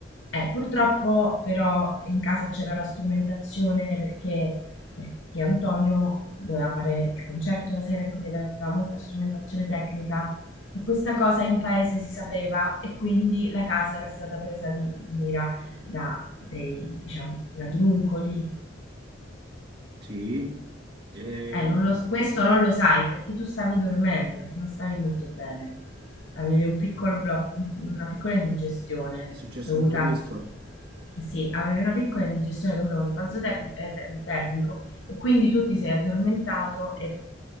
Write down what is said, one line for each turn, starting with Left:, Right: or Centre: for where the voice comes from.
Left: Eh, purtroppo però in casa c'era la strumentazione perché, perché Antonio doveva fare il concerto la sera e quindi aveva molta strumentazione tecnica e questa cosa in paese si sapeva e quindi la casa era stata presa di, di mira da dei diciamo, ladruncoli
Right: sì. Eh,
Left: Eh, non lo- questo non lo sai perché tu stavi dormendo, perché non stavi molto bene. Avevi un piccolo blo- una piccola indigestione
Right: è successo
Left: dovuta...
Right: tutto questo.
Left: Sì, avevi una piccola indigestione dovuta a uno sbalzo tec- eh, te- termico e quindi tu ti sei addormentato e,